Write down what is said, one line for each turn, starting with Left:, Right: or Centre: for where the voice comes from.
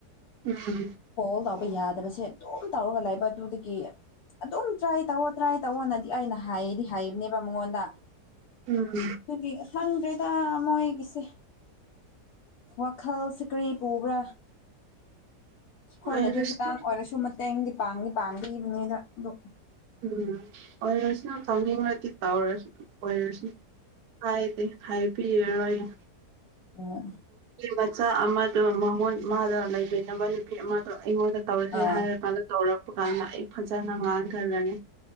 Right: ꯎꯝ
Left: ꯀꯣꯜ ꯇꯎꯕ ꯌꯥꯗꯕꯁꯦ ꯑꯗꯨꯝ ꯇꯧꯔꯒ ꯂꯩꯕ ꯑꯗꯨꯗꯒꯤ ꯑꯗꯨꯝ ꯇ꯭ꯔꯥꯏ ꯇꯧꯑꯣ ꯇ꯭ꯔꯥꯏ ꯇꯧꯑꯣꯅꯗꯤ ꯑꯩꯅ ꯍꯥꯏꯗꯤ ꯍꯥꯏꯕꯅꯦꯕ ꯃꯉꯣꯟꯗ ꯑꯗꯨꯒꯤ
Right: ꯎꯝ
Left: ꯈꯪꯗ꯭ꯔꯦꯗ ꯃꯣꯏꯒꯤꯁꯦ ꯋꯥꯈꯜ ꯁꯤꯀ꯭ꯔꯤ ꯄꯨꯕ꯭ꯔꯥ ꯑꯩꯈꯣꯏꯅꯗꯤ
Right: ꯑꯣꯏꯔꯁꯅꯨ
Left: ꯈꯤꯇꯪ ꯑꯣꯏꯔꯁꯨ ꯃꯇꯦꯡꯗꯤ ꯄꯥꯡꯗꯤ ꯄꯥꯡꯕꯤꯕꯅꯤꯗ ꯑꯗꯨ
Right: ꯎꯝ ꯑꯣꯏꯔꯁꯨꯅ ꯊꯧꯅꯤꯡꯉꯗꯤ ꯇꯧꯔꯁꯤ ꯑꯣꯏꯔꯁꯤ ꯍꯥꯏꯗꯤꯦ ꯍꯥꯏꯕꯤꯔꯔꯣꯏ ꯑ
Left: ꯑꯣ
Right: ꯃꯆꯥ ꯑꯃꯗꯣ ꯃꯉꯣꯟ ꯃꯥꯗ ꯂꯩꯕꯤꯅꯕ ꯅꯨꯄꯤ ꯑꯃꯗꯣ ꯑꯩꯉꯣꯟꯗ ꯇꯧꯁ꯭ꯔꯦ
Left: ꯑꯥ
Right: ꯍꯥꯏꯔ ꯀꯥꯟꯗ ꯇꯧꯔꯛꯄ ꯀꯥꯟꯗ ꯑꯩ ꯐꯖꯅ ꯉꯥꯡꯈꯜꯂꯅꯤ